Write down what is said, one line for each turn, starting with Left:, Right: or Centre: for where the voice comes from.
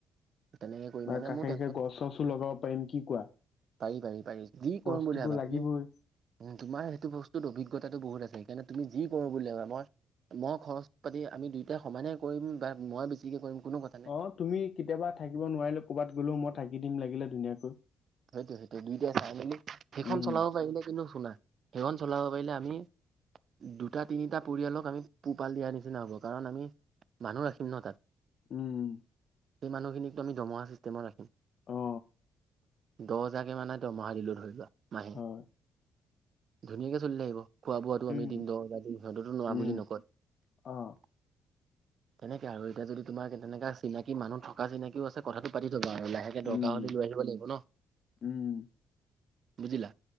Right: তেনেকে কৰি
Left: বা
Right: মানে
Left: কাষে
Right: মোৰ টেনশ্যন
Left: কাষে গছ
Right: নাই
Left: চছো লগাব পাৰিম, কি কোৱা?
Right: পাৰি পাৰি পাৰি যি
Left: গছটোতো
Right: কৰিম বুলি ভাবা
Left: লাগিবই
Right: তুমি উম, তোমাৰ সেইটো বস্তুত অভিজ্ঞতাটো বহুত আছে সেইকাৰণে তুমি কৰোঁ বুলি ভাবা মই মই খৰচ পাতি আমি দুয়োটাই সমানে কৰিম বা মই বেছিকে কৰিম কোনো কথ
Left: অ', তুমি কেতিয়াবা থাকিব নোৱাৰিলো ক'বাত গ'লেও মই থাকি দিম লাগিলে ধুনীয়াকৈ।
Right: সেইটোৱে সেইটোৱে দুইটাই চাই মেলি, সেইখন
Left: উম
Right: চলাব পাৰিলে কিন্তু <unintelligible> সেইখন চলাব পাৰিলে আমি দুটা তিনিটা পৰিয়ালক আমি পোহপাল দিয়াৰ নিচিনা হ'ব, কাৰণ আমি মানুহ ৰাখিম ন' তাত,
Left: উম
Right: সেই মানুহখিনিকো আমি দৰমহা চিষ্টেমত ৰাখিম।
Left: অ
Right: দহ হেজাৰ কে মানে দৰমহা দিলোঁ ধৰি লোৱা, মা
Left: হয়,
Right: ধুনীয়াকৈ চলি থাকিব, খোৱা বোৱাটো আমি
Left: উম
Right: দিন দ <unintelligible> সিহঁতেতো নোৱাৰা
Left: উম
Right: বুলি নকয়।
Left: অ।
Right: <inaudible> তেনেকে আৰু এতিয়া যদি তোমাৰ কেনেকা চিনাকি মানুহ থকা চিনাকিও আছে কথাটো পাতি থ'ব আৰু লাহেকে দৰ।
Left: উম
Right: গাহতি লৈ আহিব লাগিব ন।
Left: উম।
Right: বুজিলা?